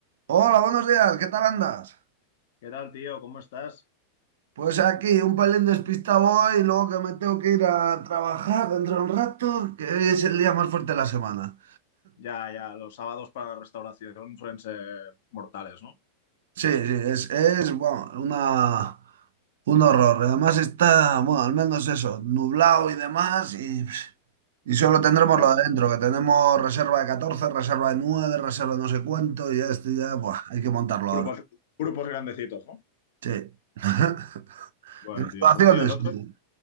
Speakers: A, on the right; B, on the left.
A: Hola, buenos días, ¿qué tal andas?
B: ¿Qué tal, tío? ¿Cómo estás?
A: Pues aquí, un pelín despistado hoy, luego que me tengo que ir a trabajar dentro de un rato, que hoy es el día más fuerte de la semana.
B: Ya, ya, los sábados para la restauración suelen ser mortales, ¿no?
A: Sí, sí, es, es bueno, una, un horror. Además está, bueno, al menos eso, nublado y demás, y, y solo tendremos
B: Ya.
A: lo de dentro, que tenemos reserva de 14, reserva de 9, reserva de no sé cuánto, y ya estoy ya,
B: Wow.
A: buah, hay que montarlo
B: Grupos,
A: ahora.
B: grupos grandecitos, ¿no?
A: Sí. <laughs>
B: Bueno,
A: ¿Graduaciones?
B: tío, pues tío, el otro,
A: ¿no?